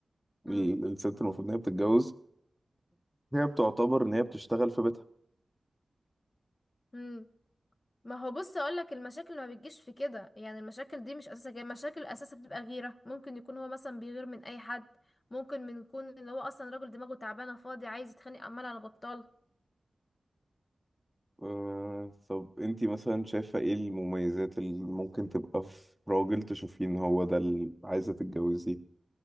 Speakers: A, on the left; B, in the centre.
A: امم
B: ال- الست المفروض ان هي بتتجوز هي بتعتبر ان هي بتشتغل في بيتها
A: امم ما هو بص اقولك المشاكل ما بتجيش في كده يعني المشاكل دي مش اساسها جاي المشاكل اساسها بتبقى غيرة ممكن يكون هو مثلا بيغير من اي حد ممكن من يكون ان هو اصلا راجل دماغه تعبانة فاضي عايز يتخانق عمال على بطال
B: آه، طب انتي مثلا شايفة ايه المميزات اللي ممكن تبقى في راجل تشوفين هو ده اللي عايزة تتجوزيه